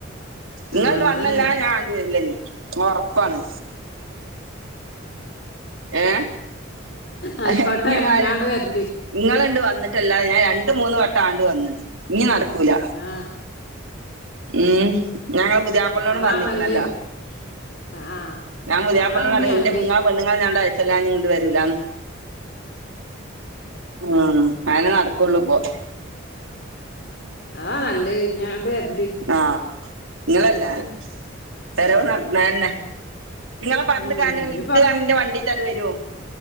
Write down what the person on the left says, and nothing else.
ആഹ്
അതന്നെ
ആയിക്കോട്ടെ
ഞാണ്ട് വരണ്ട്
ആഹ്
അതാ
നല്ലത് ആഹ്
അതാ ഇഞ്ഞ് നല്ല്
ആഹ നല്ലെ ഇഞാണ്ട് വെര
ഉം
ഇഞ്ഞിപ്പ